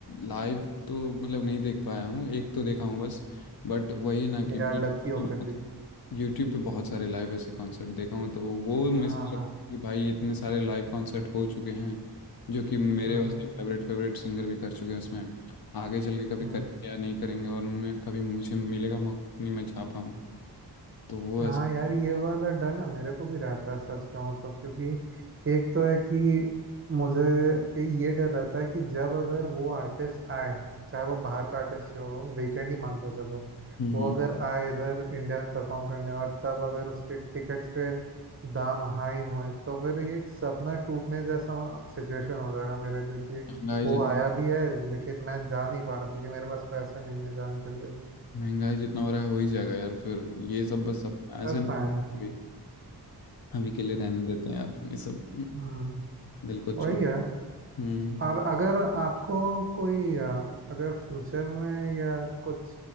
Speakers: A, on the left; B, on the right.
A: लाइव तो मतलब नहीं देख पाया हूँ एक तो देखा हूँ बस बट वही ना
B: यार
A: कि <laughs>
B: लकी हो फिर भी
A: यूट्यूब पे बहुत सारे लाइव ऐसे कॉन्सर्ट देखा हूँ तो वो मिस
B: हाँ
A: कर
B: हाँ
A: कि भाई इतने सारे लाइव कॉन्सर्ट हो चुके हैं जो कि मेरे
B: हम्म
A: वैसे
B: हम्म
A: फेवरेट फेवरेट सिंगर भी कर चुके हैं उसमें आगे चल के कभी
B: हम्म।
A: करेंगे या नहीं करेंगे और उनमें कभी मुझे मिलेगा मौका कि नहीं मैं जा पाऊँ तो वो
B: हाँ
A: ऐसा
B: यार ये वाला डर ना मेरे को भी रहता है सच कहूँ तो क्योंकि एक तो है कि मुझे ये डर रहता है कि जब अगर वो आर्टिस्ट आए चाहे वो बाहर का आर्टिस्ट हो वीकेंड ही मान लो चलो
A: हम्म
B: वो अगर आए इधर इंडिया में परफॉर्म करने और तब अगर उसके टिकट्स के दाम हाई हुए तो फिर ये एक सपना टूटने जैसा सिचुएशन हो जाएगा मेरे लिए कि
A: महंगाई
B: वो
A: जित
B: आया भी है लेकिन मैं जा नहीं पा रहा क्योंकि मेरे पास पैसे नहीं है जाने के लिए
A: महंगाई जितना हो रहा है हो ही जाएगा यार फिर ये सब बस सब ऐसे
B: सच
A: नहीं
B: में यार
A: कि अभी के लिए रहने देते हैं यार ये सब हम्म,
B: हम्म
A: दिल को छोड़
B: वही है
A: हम्म
B: और अगर आपको कोई अ, अगर फ्यूचर में या कुछ